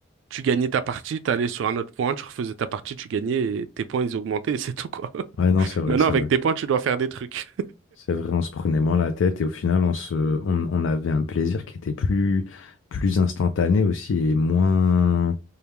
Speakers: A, on the right; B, on the left.
A: tu gagnais ta partie, t'allais sur un autre point, tu refaisais ta partie, tu gagnais, et tes points, ils augmentaient, et c'est tout, quoi. <laughs>
B: Ouais, non, c'est vrai,
A: Maintenant,
B: c'est
A: avec
B: vrai.
A: tes points, tu dois faire des trucs.
B: C'est vrai, on se prenait moins la tête et au final, on se, on, on avait un plaisir qui était plus, plus instantané aussi et moins,